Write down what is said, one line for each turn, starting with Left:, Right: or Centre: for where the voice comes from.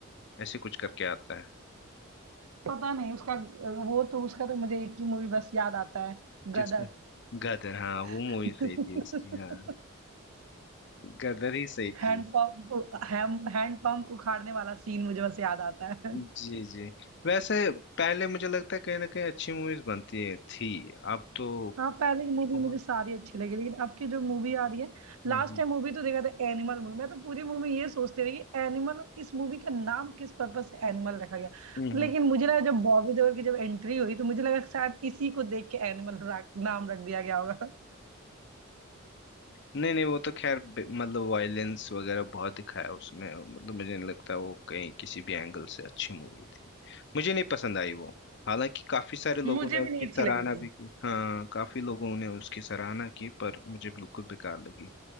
Left: ऐसे कुछ करके आता है
Right: पता नहीं उसका वो तो उसका तो मुझे एक ही मूवी बस याद आता है
Left: किसका
Right: गदर
Left: गदर हाँ वो
Right: <laughs>
Left: मूवी सही थी उसकी हाँ गदर ही सही थी
Right: हैंड पंप हैंड पंप उखाड़ने वाला सीन मुझे बस याद आता है
Left: जी जी वैसे पहले मुझे लगता है कहीं ना कहीं अच्छी मूवीज बनती है थी अब तो
Right: हाँ पहले की मूवी
Left: बहुत
Right: मुझे सारी अच्छी लगी लेकिन अब की जो मूवी आ रही है
Left: हम्म
Right: लास्ट
Left: हम्म
Right: टाइम मूवी तो देखा था एनिमल मूवी मैं तो पूरी मूवी ये सोचती रही एनिमल इस मूवी का नाम किस पर्पज से एनिमल रखा गया
Left: हम्म। हम्म।
Right: लेकिन मुझे लगा जब बॉबी देओल की जब एंट्री हुई तो मुझे लगा शायद इसी को देख के एनिमल नाम रख दिया गया होगा
Left: नहीं नहीं वो तो खैर बे- मतलब वायलेंस वगैरह बहुत दिखाया उसमें मतलब मुझे नहीं लगता वो कहीं किसी भी एंगल से अच्छी मूवी थी मुझे नहीं पसंद आई वो हालांकि काफी सारे लोगों
Right: मुझे
Left: ने उसकी
Right: भी नहीं अच्छी
Left: सराहना
Right: लगी
Left: भी की हाँ काफी लोगों ने उसकी सराहना की पर मुझे बिल्कुल बेकार लगी